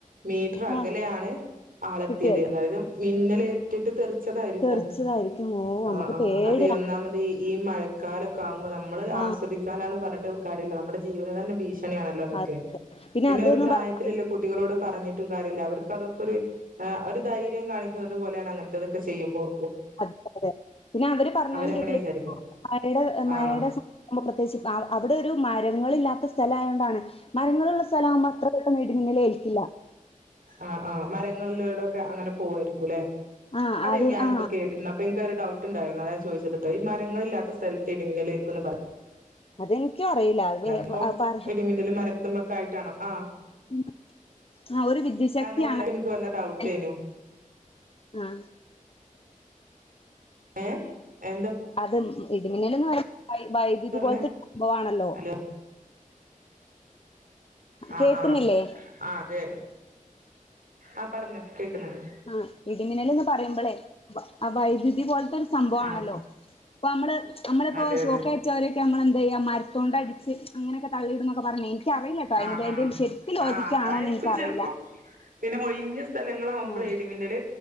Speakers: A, on the right (about 80°); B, on the left (about 40°).
A: മീറ്റർ അകലെയാണ്
B: ആഹ്
A: ആളെത്തിയത്
B: കിട്ടിയത്
A: അതായത് മിന്നല ഏറ്റിട്ട് തെറിച്ചതായിരിക്കും
B: ചെറിച്ചതായിരിക്കും ഓ
A: ആ
B: നമുക്ക്
A: ആ
B: പേടിയാണ്
A: അതെ ഒന്നാമത്ത പ്പഹ ഈ മഴക്കാലൊക്കെ ആവുമ്പോ നമ്മൾ
B: ആ
A: ആശ്വദിക്കാന എന്ന് പറഞ്ഞിട്ട് കാര്യല്യ നമ്മുടെ ജീവൻ തന്നെ ഭീഷ നെണല്ലോ അതൊക്കെ
B: അതെ
A: പിന്നെ
B: അത്ന്ന്
A: ഒരു പ്രായത്തിലില്ല
B: പറഞ്ഞ അതെ
A: കുട്ടികളോട് പറഞ്ഞിട്ടും കാര്യല്ല അവ അവർക്ക അതൊക്കെ ഒര് ഹെ ഒരു ധൈര്യം കാണിക്കുന്നത് പോലെയാണ് അങ്ങനത്തെതൊക്കെ ചെയ്യുമ്പോൾ
B: അതെ അതെ പിന്നെ അവര് പറഞാണും
A: അവരങ്ങനെ
B: കേക്കില്ല
A: വിചാരിക്കാം
B: മഴയുടെ മാഴ
A: ആഹ്
B: യുടെ സ ആഉമ്പ പ്രത്യേകിച്ച് അ അവിടെ ഒരു മരങ്ങൾ ഇല്ലാത്ത സ്ഥലം ആയോണ്ടാണ് മരങ്ങൾള്ളസ്ഥലം ആഉമ്പം അത്ര പെട്ടന്ന് ഇടിമിന്നൽ ഏൽക്കില്ല.
A: ആഹ് ആഹ് മരങ്ങളിലൂടൊക്കെ അങ്ങനെ പോവായിരിക്കു ല്ലെ
B: ആ
A: അതെ
B: അത്
A: ഞാനിപ്പോ
B: ആ
A: കേട്ടിരുന്നു അപ്പൊ എനിക്കൊരു ഡൗട്ട് ട്ട് ണ്ടായിരുന്നു അതാ ഞാൻ ചോദിച്ചത് ട്ടോ. ഈ മരങ്ങളില്ലാത്ത സ്ഥലത്ത് ഇടിമിന്നൽ ഏൽക്കുംന്ന് പറ
B: അതെനിക്കും അറിയില്ല അത് പിന്നെ
A: സംഭവം
B: പറ
A: ഇടിമിന്നൽ മരത്തുമ്മൊക്കെ ആയിട്ടാണോ ആഹ്
B: <unintelligible> ആ ഒരു വിദ്യശക്തിയാണ്
A: അങ്ങനെയല്ല എനിക്ക് വന്ന ഡൗട്ടേനു
B: എൽ ആഹ
A: ഏഹ് എന്താ
B: അത് ഇടിമിന്നൽ എന്ന് പറഞാ വൈദ്യതി
A: പറഞ്ഞേ
B: പോലത്തെ സംഭവമാണല്ലോ
A: ഹലോ ആഹ
B: കേക്കുന്നില്ലേ
A: ആഹ ആ അതെ ആഹ പറഞ്ഞോ കേൾക്കുന്നുണ്ട്
B: ആഹ ഇടിമിന്നൽ എന്ന് പറയുമ്പളേ വ വൈദ്യുതി പോല ത്തഒരു സംഭവം
A: ആഹ്
B: ആണല്ലോ പ്പം അമ്മള് അമ്മളിപ്പോ
A: അതെ
B: ഷോക്കേ
A: അതെ
B: ചോരൊക്കെ നമ്മൾ എന്ത് ചെയ്യ മരത്തോണ്ട അടിച്ച് അങ്ങനൊക്കെ തള്ളിടും എന്നൊക്കെ പറഞ്ഞി ക്കിഅറിയില്ല ട്ടോ
A: ആഹ് ആഹ്
B: <unintelligible> ശരിക്കും ലോജിക്കാണോന്ന്
A: ആഹ് അതായിരിക്കും
B: എനിക്കറിയില്ല
A: ചെലപ്പോ പിന്നെ ഒഴിഞ്ഞ സ്ഥലങ്ങളാആവുമ്പോളെ
B: ആ
A: ഇടിമിന്നൽ